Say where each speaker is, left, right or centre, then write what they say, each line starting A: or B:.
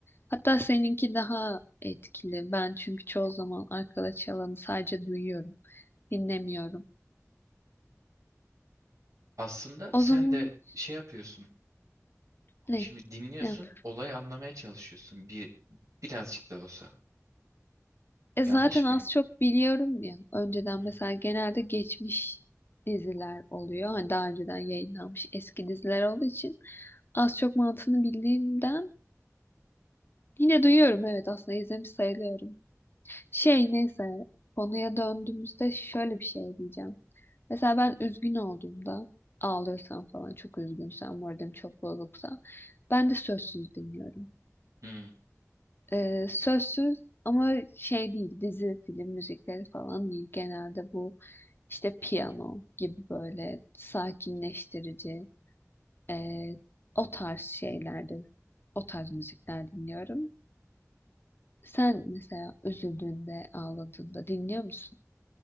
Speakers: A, on the left; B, on the right.
A: Hatta seninki daha etkili. Ben çünkü çoğu zaman arkada çalanı sadece duyuyorum, dinlemiyorum.
B: Aslında
A: O
B: sen
A: zaman
B: de şey yapıyorsun.
A: ne?
B: Şimdi dinliyorsun,
A: Ne yapıyorum?
B: olayı anlamaya çalışıyorsun bir birazcık da olsa.
A: E
B: Yanlış
A: zaten az
B: mıyım?
A: çok biliyorum ya. Önceden
B: Hmm.
A: mesela genelde geçmiş diziler oluyor. Hani daha önceden yayınlanmış eski diziler olduğu için az çok mantığını bildiğimden yine duyuyorum. Evet aslında izlemiş sayılıyorum. Şey neyse konuya döndüğümüzde şöyle bir şey diyeceğim. Mesela ben üzgün olduğumda ağlıyorsam falan çok üzgünsem moralim çok bozuksa ben de sözsüz dinliyorum.
B: Hmm.
A: Ee, sözsüz ama şey değil dizi film müzikleri falan değil genelde bu işte piyano gibi böyle sakinleştirici ee, o tarz şeylerde o tarz müzikler dinliyorum. Sen mesela üzüldüğünde ağladığında dinliyor musun?